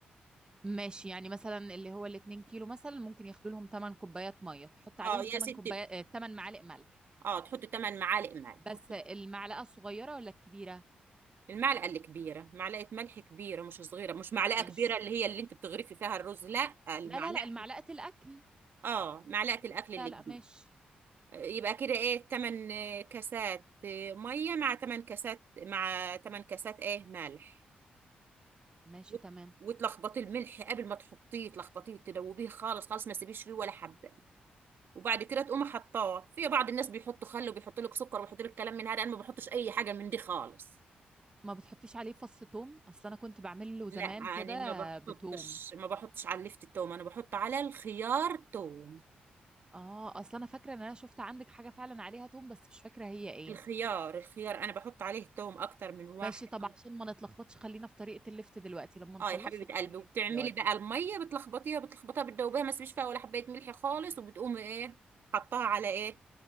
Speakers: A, on the right; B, on the right.
A: ماشي يعني مثلا اللي هو الاتنين كيلو مثلا ممكن ياخدوا لهم 8 كوبايات ميه فحط عليهم
B: اه يا
A: 8
B: ستي
A: كوبايات 8 معالق ملح
B: اه تحط 8 معالق ملح
A: بس
B: وتحط
A: المعلقه الصغيره ولا الكبيره
B: المعلقة اللي كبيرة معلقة ملح كبيرة مش صغيرة مش معلقة
A: ماشي
B: كبيرة اللي هي اللي انت بتغرفي فيها الرز لا المعلقة
A: لا لا لا المعلقه الاكل
B: اه معلقة الأكل
A: لا
B: اللي
A: لا
B: كبيرة
A: ماشي
B: يبقى كده ايه 8 كاسات مية مع 8 كاسات مع 8 كاسات ايه ملح
A: ماشي
B: وت-
A: تمام
B: وتلخبطي الملح قبل ما تحطيه تلخبطيه تدوبيه خالص خالص ما تسيبيش فيه ولا حبة وبعد كده تقومي حطاه في بعض الناس بيحطوا خل وبيحطوا لك سكر وبيحطوا لك كلام من هذا انا ما بحطش اي حاجة من دي خالص
A: ما بتحطيش عليه فص توم اصل انا كنت بعمل له زمان
B: لا يعني
A: كده
B: ما بحطش
A: بتوم
B: ما بحطش على اللفت التوم انا بحط على الخيار توم
A: اه اصل انا فاكره ان انا شفت عندك حاجه فعلا عليها توم بس مش فاكره هي ايه
B: الخيار الخيار انا بحط عليه توم اكتر من واحد
A: ماشي طب عشان ما نتلخبطش خلينا في طريقه اللفت دلوقتي لما نخلصه
B: اه يا حبيبه قلبي
A: بيقولي
B: وبتعملي
A: لي الخيار
B: بقى الميه بتلخبطيها بتلخبطها بتدوبيها ما تسيبيش فيها ولا حبايه ملح خالص وبتقومي ايه حطها على ايه